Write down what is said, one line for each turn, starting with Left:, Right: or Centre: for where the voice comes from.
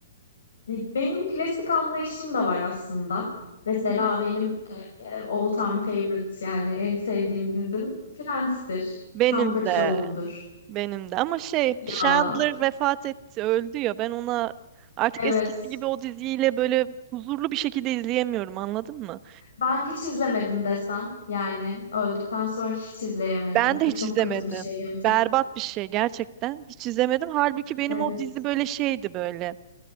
Left: Hani Benim klasik anlayışım da var aslında. Mesela
Right: Hı hı.
Left: benim e, e, all time favorite yani en sevdiğim dizim Friends'tir.
Right: Benim
Left: Comfort
Right: de.
Left: Show'umdur.
Right: Benim de. Ama şey
Left: Ya
Right: Chandler vefat etti öldü ya ben ona artık
Left: evet.
Right: eskisi gibi o diziyle böyle huzurlu bir şekilde izleyemiyorum anladın mı?
Left: Ben hiç izlemedim desem yani öldükten sonra hiç izleyemedim.
Right: Ben de
Left: Bu
Right: hiç
Left: çok
Right: izlemedim.
Left: kötü bir şey gerçekten.
Right: Berbat bir şey gerçekten. Hiç izlemedim. Halbuki benim
Left: Evet.
Right: o dizi böyle şeydi böyle.